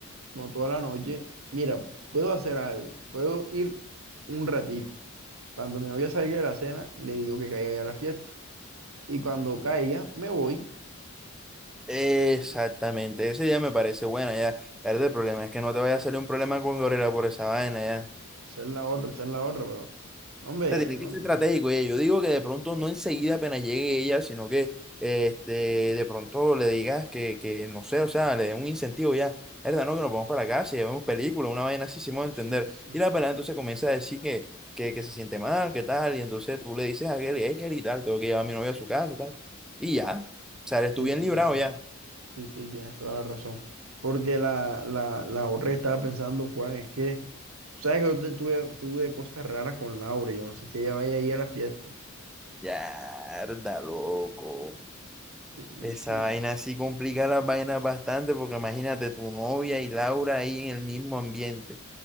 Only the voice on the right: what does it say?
no toda la noche. Mira, puedo hacer algo. Puedo ir un ratico. Cuando mi novia salga de la cena, le digo que caiga ya a la fiesta. Y cuando caiga, me voy.
Esa es la otra, esa es la otra, pero. No, hombre,
no,
sí,
sí,
sí.
Sí,
sí,
sí.
Sí, sí, tienes toda la razón. Porque la, la, la otra que estaba pensando, Juan, es que, ¿sabes que yo te- tuve, tuve cosas raras con Laura? y Yo no sé si ella vaya a ir a la fiesta.
Sí,
sí.